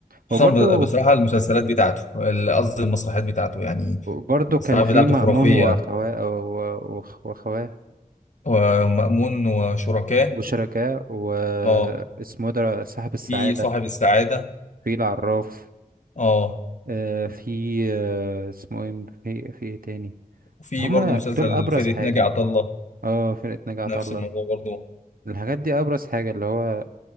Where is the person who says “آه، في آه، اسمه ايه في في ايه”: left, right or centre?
Right